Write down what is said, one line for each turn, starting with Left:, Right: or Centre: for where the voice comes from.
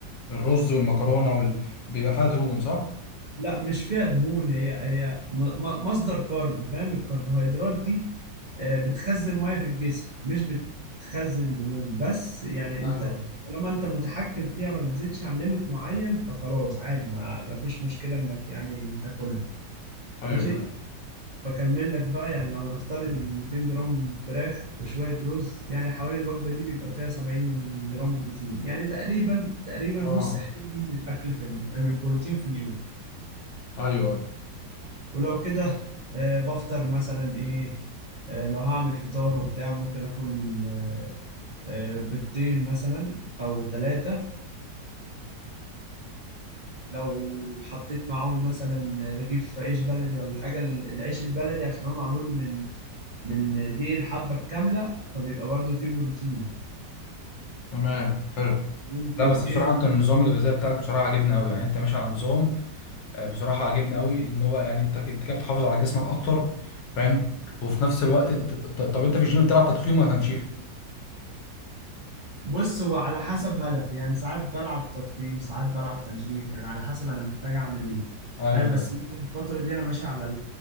Left: الرز والمكرونه وال... بيبقى فيها دهون صح
Right: لا مش فيها دهون هي هي م- م- مصدر كارب فاهم الكربوهيدرات دي آه، بتخزن ميه في الجسم مش بتخزن دهون بس يعني
Left: ايوه
Right: انت طالما انت متحكم فيها ما بتزيدش عن ليميت معين فخلاص عادي ما ما فيش مشكلة انك يعني تاكلها
Left: ايوه
Right: ماشي
Left: ايوه
Right: فاكمل لك بقى يعني لو هنفترض ال 200 جرام فراخ وشويه رز يعني حوالي الوجبه دي بيبقى فيها 70 جرام بروتين يعني تقريبا تقريبا نص
Left: اه
Right: احتياجي من الاكل في ال- من البروتين في اليوم
Left: ايوه ايوه
Right: ولو كده آه، بفطر مثلا ايه آه، لو هعمل فطار وبتاع ممكن اكل آه، آه، بيضتين مثلا او ثلاثه لو حطيت معاهم مثلا رغيف عيش بلدي ولا حاجه العيش البلدي عشان هو معمول من من دي الحبة الكاملة فبيبقى برضو فيه بروتين
Left: تمام حلو
Right: ممكن
Left: لا بس
Right: ايه
Left: بصراحه انت النظام الغذائي بتاعك بصراحه عجبني قوي يعني انت ماشي على نظام آه، بصراحة عجبني قوي ان هو يعني انت ك- انت كده بتحافظ على جسمك اكتر فاهم وفي نفس الوقت ت- ت- طب انت في الجيم بتلعب تضخيم ولا تنشيف؟
Right: بص هو على حسب هدفي يعني ساعات بلعب تضخيم ساعات بلعب تنشيف يعني على حسب انا محتاج اعمل ايه
Left: ايوه
Right: فاهم بس ممكن الفترة دي انا ماشي على